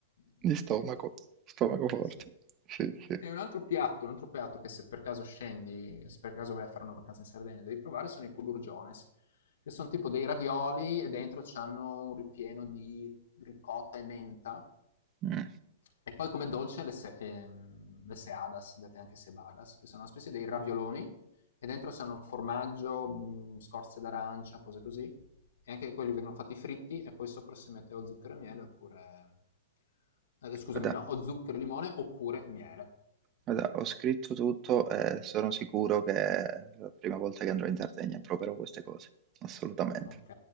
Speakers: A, on the left; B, on the right.
A: di
B: Di
A: fegato.
B: stomaco, stomaco forte.
A: Sì.
B: Sì, sì.
A: E un altro piatto, un altro piatto che se per caso scendi, se per caso vai a fare una vacanza in Sardegna, devi provare sono i culurgiones, che sono tipo dei ravioli e dentro c'hanno un ripieno di ricotta e menta
B: Mh.
A: e poi come dolce le, se- ehm, le seadas, dette anche sebadas, che sono una specie dei ravioloni e dentro c'hanno formaggio, mh, scorze d'arancia, cose così. E anche quelli vengono fatti fritti e poi sopra si mette o zucchero e miele oppure... eh, scusami,
B: Guarda
A: no? O zucchero e limone oppure miele.
B: guarda, ho scritto tutto e sono sicuro che la prima volta che andrò in Sardegna proverò queste cose. Assolutamente.
A: Ok.